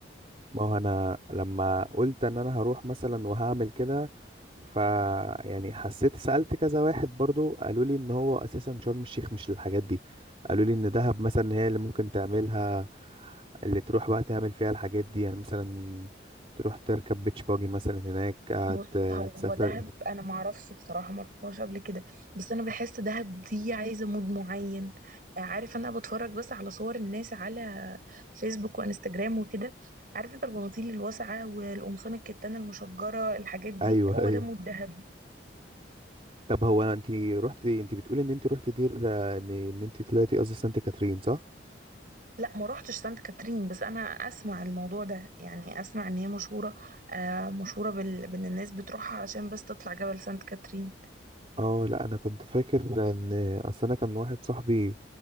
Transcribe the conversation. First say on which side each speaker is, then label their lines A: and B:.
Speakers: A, on the right; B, on the right.
A: ما هو انا لما قلت ان انا هروح مثلا وهعمل كده ف يعني حسيت سألت كذا واحد برضو قالوا لي ان هو اساسا شرم الشيخ مش للحاجات دي قالوا لي ان دهب مثلا هي اللي ممكن تعملها اللي تروح بقى تعمل فيها الحاجات دي يعني مثلا تروح تركب بيتش باجي مثلا هناك آه،
B: بص
A: ت-
B: هو
A: تسافر
B: دهب انا ما اعرفش بصراحه ما رحتهاش قبل كده بس انا بحس دهب دي عايزه مود معين آه، عارف انا بتفرج بس على صور الناس على فيسبوك وانستجرام وكده عارف انت البناطيل الواسعه والقمصان الكتان المشجره الحاجات دي
A: ايوه
B: هو
A: <laughs> ايوه
B: ده مود دهب
A: طب هو انت رحتي انت بتقولي ان انت رحتي دير آه، ان ان انت طلعتي قصدي سانت كاترين صح
B: لا ما روحتش سانت كاترين بس انا اسمع الموضوع ده يعني اسمع ان هي مشهوره آه مشهوره بال... بان الناس بتروحها علشان بس تطلع جبل سانت كاترين
A: اه لا انا كنت فاكر ان اصل انا كان واحد صاحبي